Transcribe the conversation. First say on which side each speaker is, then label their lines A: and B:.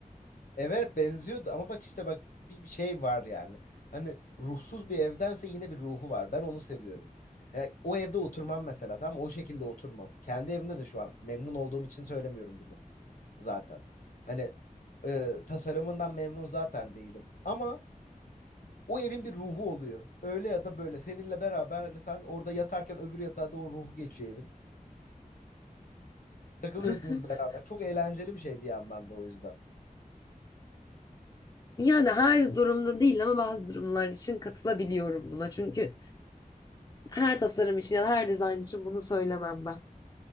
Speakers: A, on the left; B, on the left.
A: Evet benziyordu ama bak işte bak bir bir şey var yani. Hani ruhsuz bir evdense yine bir ruhu var. Ben onu seviyorum. Ya, o evde oturmam mesela tamam mı? o şekilde oturmam. Kendi evimde de şu an memnun olduğum için söylemiyorum bunu. zaten. Hani e, tasarımından memnun zaten değilim. Ama o evin bir ruhu oluyor. Öyle ya da böyle seninle beraber hani sen orada yatarken öbür yatağa da o ruhu geçiyor evin. Takılıyorsunuz
B: <laughs>
A: beraber. Çok eğlenceli bir şey bir yandan da o yüzden.
B: Yani her durumda değil ama bazı durumlar için katılabiliyorum buna. Çünkü her tasarım için ya da her dizayn için bunu söylemem ben.